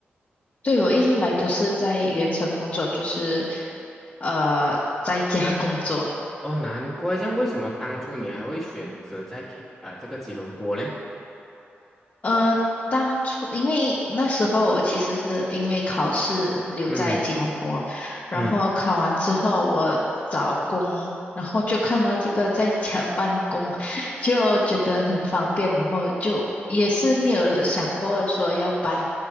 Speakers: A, on the left; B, in the centre.
A: 对，我一直来都是在远程工作，就是呃在家工作。
B: 哦，难怪，这样为什么当初你还会选择在 K 啊、这个吉隆坡嘞？
A: 呃，当初因为那时候我其实是因为考试留在吉隆坡，
B: 嗯
A: 然后考完之后我找工，
B: 嗯，
A: 然后就看到这个在家 <laughs> 办公，就觉得很方便，然后就也是没有想过说要搬